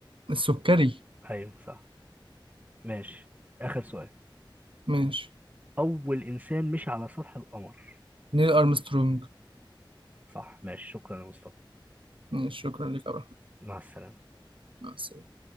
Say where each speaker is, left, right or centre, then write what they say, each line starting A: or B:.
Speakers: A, on the right (about 80°); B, on the right (about 20°).
A: السكري
B: أيوه صح ماشي آخر سؤال
A: ماشي
B: أول إنسان مشي على سطح القمر
A: نيل أرمسترونج
B: صح ماشي شكرا يا مصطفى
A: شكرا لك يا رحمة
B: مع السلامة
A: مع السلامة